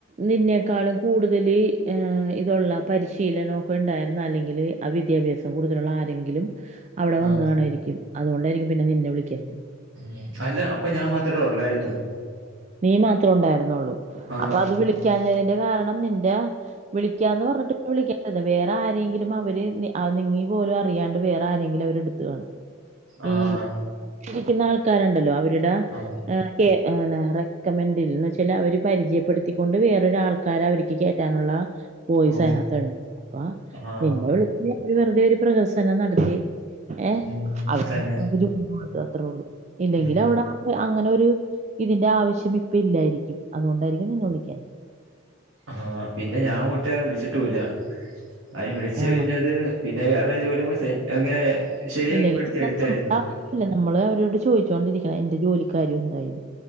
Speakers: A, on the right; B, on the right.
A: നിന്നേക്കാളും കൂടുതൽ ങേ ഇതുള്ള പരിശീലനൊക്കെ ഇണ്ടായിരുന്ന അല്ലെങ്കില് ആ വിദ്യാഭ്യാസം കൂടുതലുള്ള ആരെങ്കിലും അവിടെ
B: ആഹ്
A: വന്നുകാണുവായിരിക്കും അതുകൊണ്ടായിരിക്കും പിന്നെ നിന്നെ വിളിക്കാഞ്
B: ഉം അല്ല അപ്പ ഞാൻ മാത്രെ ഒള്ളായിര്ന്ന്
A: നീ മാത്രേ ഉണ്ടായിരുന്നുള്ളൂ
B: ആഹ്
A: അപ്പൊ അത് വിളി ക്കാഞ്ഞതിന്റെ കാരണം നിന്റെ വിളിക്കാന്ന് പറഞ്ഞിട്ട് പ്പോ വിളക്ക്യ അത് വേറെ ആരെങ്കിലും അവര് നി നിങ്ങീ പോലും അറിയാണ്ട് വേറെ ആരെങ്കിലും അവര് എടുത്ത് കാണും
B: ആഹ്
A: ഈ ഇരിക്കുന്ന ആൾക്കാരുണ്ടല്ലോ അവ എടാ
B: ആ
A: അ കേ ആണ റെ കമന്റിൽ ന്ന്ച്ചലഅവര് പരിചയപ്പെടുത്തിക്കൊണ്ട് വേറൊരാൾക്കാര അവരിക്ക് കയറ്റാനുള്ള പോയി
B: ഓ
A: സേനത്ത്പ്പ
B: ആ
A: നിന്ന വിളി <unintelligible> ഒരു വെറുതെ ഒരു പ്രഹസനം നടത്തി ഏഹ്
B: ഉം
A: അ <unintelligible>
B: തന്നെ
A: ത്രോള്ളു ഇല്ലെങ്കിൽ
B: ഉം
A: അവിടെ അ അങ്ങനെ ഒരു ഇതിന്റെ ആവശ്യ <unintelligible> ഇല്ലായിരിക്കും അതുകൊണ്ടായിരിക്കും നിന്നെ വിളിക്കാന്നെ
B: ആഹ് പിന്നെ ഞാങ്ങോട്ട് വിളിച്ചിട്ടു ഇല്ല അയ്ൻ വിളിച്ച
A: ആണ്
B: പിന്നെത് പിന്നെ വേറെ ജോലിയുമ്പോ സെറ്റ് അങ്ങനെ ശരിയാക്കി
A: ഇല്ലെങ്കി
B: പെടുത്തി
A: <unintelligible>
B: എടുത്തായിരുന്നു
A: നമ്മള് അവരോട് ചോദിച്ചോണ്ടിരി എന്റെ ജോലിക്കാര്യം എന്തായിന്ന്